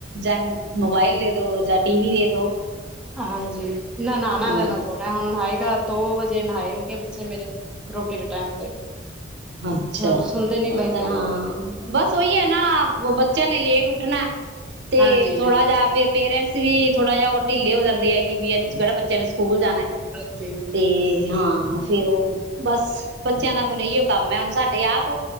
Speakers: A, on the right; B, in the centre.
A: ਜਾਂ ਮੋਬਾਇਲ ਦੇ ਦੋ ਜਾਂ ਟੀ ਵੀ ਦੇ ਦੋ।
B: ਹਾਂਜੀ ਨਾ ਨਹਾਣਾ
A: ਹਾਂ
B: ਤਾਂ ਨਾ ਤੋਣਾ ਹੁਣ ਨਏਗਾ ਦੋ ਵਜੇ ਜੇ ਨਹਾਏਂ ਗਗੇ ਬੱਚੇ ਮੇਰੇ ਰੋਟੀ ਦੇ ਟਾਈਮ ਤੇ
A: ਅੱਛਾ
B: ਹੁਣ ਸੁਣਦੇ ਨੀ
A: ਉਹ
B: ਪਏ
A: ਤਾਂ
B: ਕਹਿਣਾ
A: ਹਾਂ ਬਸ ਉਹੀ ਹੈ ਨਾ ਬੱਚਿਆਂ ਨੇ ਲੇਟ ਉੱਠਣਾ। ਤੇ
B: ਹਾਂਜੀ
A: ਥੋੜਾ
B: ਬਿਲਕੁਲ
A: ਜਾ ਫੇਰ ਪੇਰੈਂਟਸ ਵੀ ਥੋੜਾ ਜਿਹਾ ਉਹ ਢੀਲੇ ਹੋ ਜਾਂਦੇ ਹੈਗੇਗੀ ਵੀ ਅੱ ਜਿਹੜਾ ਬੱਚਿਆਂ ਨੇ ਸਕੂਲ ਜਾਣਾ
B: ਹਾਂਜੀ
A: ਤੇ ਹਾਂ। ਫਿਰ ਉਹ ਬਸ ਬੱਚਿਆਂ ਦਾ ਫਿਰ ਇਹੀਓ ਕੰਮ ਹੈ ਹੁਣ ਸਾਡੇ ਆਪ